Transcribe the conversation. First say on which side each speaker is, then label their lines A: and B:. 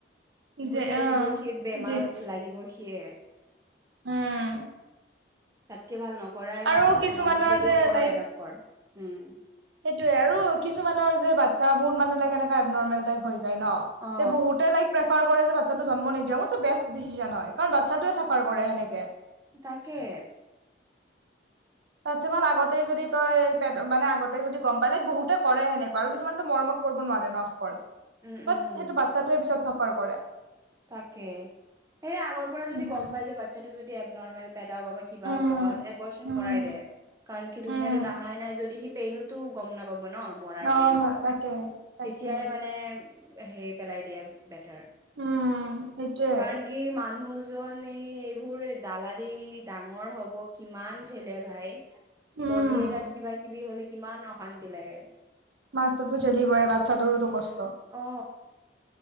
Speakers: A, on the right; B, on the right.
A: যে
B: গোটেই
A: অ',
B: জীৱন সি বেমাৰত
A: জিন্ছ
B: লাগিব সিয়ে,
A: উম,
B: তাতকে ভাল নকৰাই
A: আৰু
B: ভাল
A: কিছুমানৰ
B: নহলে যদিও
A: যে
B: কৰ
A: লাইক
B: এডপটৰ উম।
A: সেইটোয়ে আৰু কিছুমানৰ যেচ্ছা বহুত মানে লকে এনেকা এ নৰ্মেল টাইপ হৈ য,
B: অ
A: বহু ল চাফাৰ কৰে যে বাচ্ছাতটো জন্ম নিদিয়ক মই বেষ্ট ডিচিজনন হয় কাৰণ বাচ্ছাটোৱে চাফাৰ কৰে সনেকে
B: তাকে,
A: তাতছ মমান আগতে যদি তই মানে আগতেই যদি গম পালে বহুতে কৰে সেনেকুৱা আৰু কিছুমানতটো মৰমত নোৱাৰে ন অফ
B: উম উম
A: সেইটো বাচ্ছে পিছত চাফাৰ কৰে
B: তাকে সেয়ে আগৰ পৰা যদি
A: উম
B: গম পাই যে বাচ্ছাটো যদি এব নৰ্মেল পেদা হ'ব বা কিবা
A: উম
B: হ'ব এবৰচন
A: উম
B: কৰাই দে কাৰণ সি ধুনীয়া
A: উম
B: টোত অহাই নাই যদি সি পেইনোতো গম নাপাব ন মৰাৰ
A: অ'
B: পেইনতটো
A: ভা- তাকে তাকে
B: তেতিয়াই মানে সেইৰি পেলাই দিয়া বেটাৰ
A: উম সেইটোৱে।
B: কাৰণ কি মানুহ জন এই এইবোৰ জাল দি ডাঙৰ হ'ব কিমান েলে ভাই
A: উম
B: বডি এটাত কিবা কিবি হ'লে কিমান অশান্তি লাগে
A: মাকটোতো েলি বয় বাচ্ছাটোৰো দু কষ্ট
B: অ